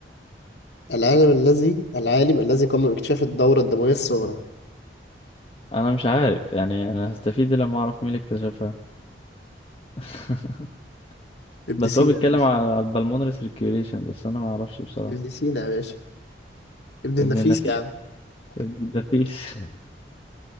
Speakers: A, on the left; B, on the left.
A: العالم الذي العالم الذي قام باكتشاف الدورة الدموية الصغرى
B: أنا مش عارف يعني أنا هستفيد إيه لما أعرف مين اللي اكتشفها <laughs>
A: ابن
B: بس
A: سينا
B: هو بيتكلم
A: يا باشا
B: على البلمونري سيركيوليشن بس أنا ما أعرفش بصراحة
A: ابن سينا يا باشا ابن النفيس
B: ابن النفيس
A: يا عم
B: ابن النفيس